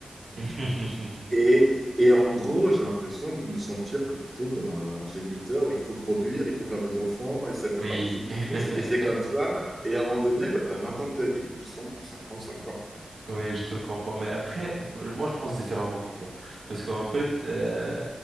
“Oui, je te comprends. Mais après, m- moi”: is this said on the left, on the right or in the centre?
Right